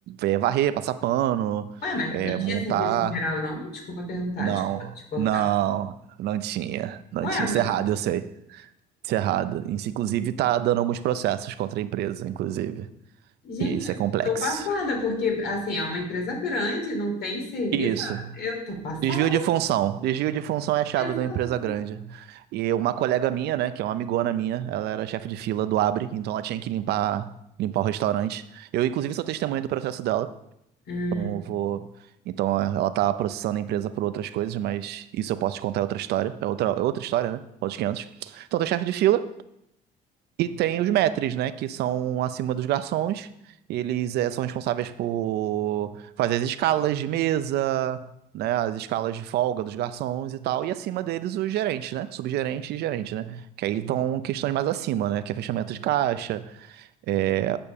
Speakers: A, on the right; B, on the left.
A: é varrer, passar pano,
B: Ué, mas
A: é,
B: não tinha
A: montar.
B: serviço geral, não? Desculpa perguntar,
A: Não,
B: desculpa te cortar.
A: não, não tinha, não
B: Ué,
A: tinha. Isso
B: meu-
A: é errado, eu sei. Isso é errado. Isso, inclusive, tá dando alguns processos contra a empresa, inclusive.
B: gente,
A: E isso é
B: eu
A: complexo.
B: tô passada, porque assim, é uma empresa grande, não tem serviço.
A: Isso.
B: Eu tô passada.
A: Desvio de função. Desvio de função é a chave
B: Exato.
A: de uma empresa grande. E uma colega minha, né, que é uma amigona minha, ela era chefe de fila do Abre, então ela tinha que limpar, limpar o restaurante. Eu, inclusive, sou testemunha do processo dela.
B: Hum,
A: Então eu vou. Então ela tá processando a empresa por outras coisas, mas isso eu posso te contar é outra história. É outra, é outra história, né? Outros 500. Então tem o chefe de fila e tem os maîtres, né? Que são acima dos garçons. Eles eh, são responsáveis por fazer as escalas de mesa, né? As escalas de folga dos garçons e tal. E acima deles os gerentes, né? Subgerente e gerente, né? Que aí estão questões mais acima, né? Que é fechamento de caixa, é,